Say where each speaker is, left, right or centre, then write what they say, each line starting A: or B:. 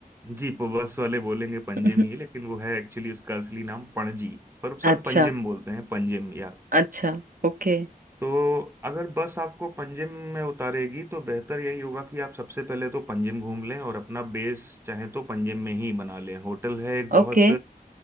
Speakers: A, on the right; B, on the right.
A: जी प- बस वाले बोलेंगे पंजिम
B: <laughs>
A: ही लेकिन वो है एक्चुअली उसका असली नाम पणजी पर सब
B: अच्छा
A: पंजिम बोलते हैं पंजिम या
B: अच्छा Okay
A: तो अगर बस आपको पंजिम में उतारेगी तो बेहतर यही होगा कि आप सबसे पहले तो पंजिम घूम लें और अपना बेस चाहे तो पंजिम में ही बना लें होटल है एक बहुत
B: okay